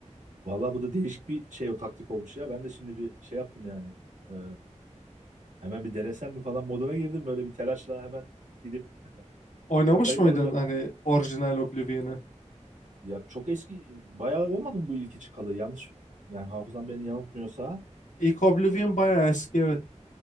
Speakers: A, on the right; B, on the left.
A: Vallahi bu da değişik bir şey o taktik olmuş ya. Ben de şimdi bir şey yaptım yani. Ee, hemen bir denesem mi falan moduna girdim. Böyle bir telaşla hemen gidip
B: <laughs> Oynamış
A: tıklayıp
B: mıydın
A: alacağım.
B: hani orijinal Oblivion'ı?
A: Ya çok eski bayağı olmadı mı bu ilki çıkalı? Yanlış yani hafızam beni yanıltmıyorsa
B: İlk Oblivion bayağı eski evet.